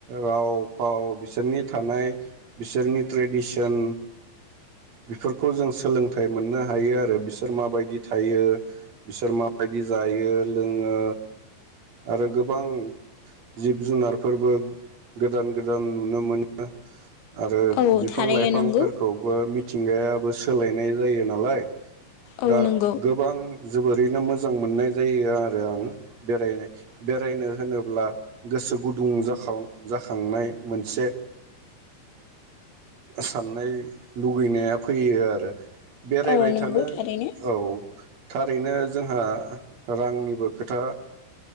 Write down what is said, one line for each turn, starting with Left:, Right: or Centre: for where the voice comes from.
Right: राव भाव बिसोरनि थानाय बिसोरनि ट्रडिशेन बिफोरखौ जों सोलोंथाय मोननो हायो आरो बिफोर माबोरै थायो बिफोर माबा बायदि जायो लोङो आरो गोबां जिब जुनारफोरबो गोदान गोदान नुनो मोनो। आरो
Left: औ
Right: बिफां
Left: थारैनो
Right: लाइफांफोरखौबो
Left: नंगौ
Right: मि थिंगायाबो सोलायनाय जायो नालाय।
Left: औ
Right: दा
Left: नंगौ
Right: गोबां जोबोद <unintelligible> मोजां मोननाय जायो आरो आं बेरायनो बेरायनो होनोब्ला गोसो गुदुं जांखां जाखांनाय मोनसे साननाय लुगैनाया फैयो आरो बेरायबाय
Left: औ नंगौ
Right: थानो
Left: थारैनो
Right: औ थारैनो जोंहा रांनिबो खोथा